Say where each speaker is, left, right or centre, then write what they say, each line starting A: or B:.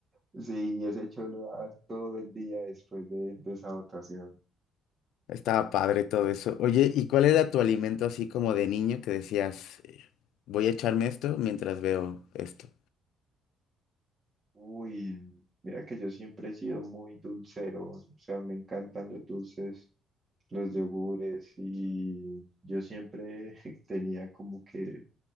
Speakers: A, on the right; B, on the left.
A: sí, ese show lo daban todo el día después de, de esa votación.
B: Estaba padre todo eso. Oye, ¿y cuál era tu alimento así como de niño que decías, eh, voy a echarme esto mientras veo esto?
A: Uy, mira que yo siempre he sido muy dulcero, o sea, me encantan los dulces, los yogures y yo siempre <laughs> tenía como que